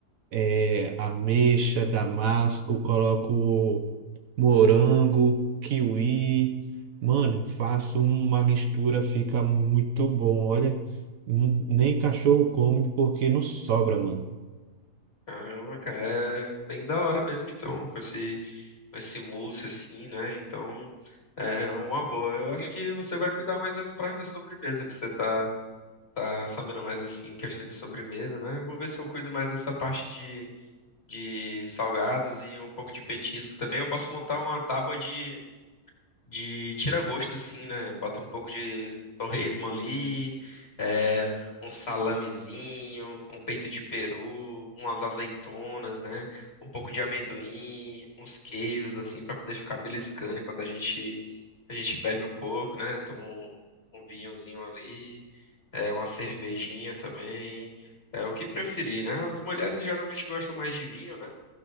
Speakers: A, on the right; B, on the left.
A: eh, ameixa, damasco, coloco morango, kiwi. Mano, faço uma mistura, fica muito bom. Olha, hum, nem cachorro come porque não sobra, mano.
B: Caramba, cara, é bem da hora mesmo, então, com esse esse mousse assim, né? Então é uma boa. Eu acho que você vai cuidar mais das partes da sobremesa, que você tá, tá sabendo mais assim, em questão de sobremesa, né? Eu vou ver se eu cuido mais dessa parte de, de salgados e um pouco de petisco também. Eu posso montar uma tábua de de tira gosto assim, né? Bota um pouco de torresmo ali, é, um salamezinho, um peito de peru, umas azeitonas, né? Um pouco de amendoim, uns queijos assim pra poder ficar beliscando enquanto a gente a gente bebe um pouco, né? Toma um, um vinhozinho ali, é, uma cervejinha também. É o que preferir, né? As mulheres geralmente gostam mais de vinho, né?